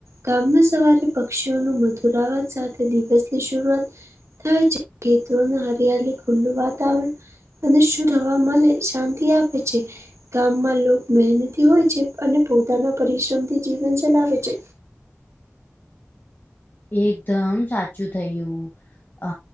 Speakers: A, on the right; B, on the left.
A: ગામના સવારે પક્ષીઓનું મધુર અવાજ સાથે દિવસની શરૂઆત થાય છે. ખેતરનું હરિયાળલી ખુલ્લું વાતાવરણ અને શુદ્ધ હવામાં મને શાંતિ આપે છે. ગામમાં લોકો મહેનથી હોય છે અને પોતાના પરિશ્રમથી જીવન ચલાવે છે.
B: એકદમ સાચું થયું. અ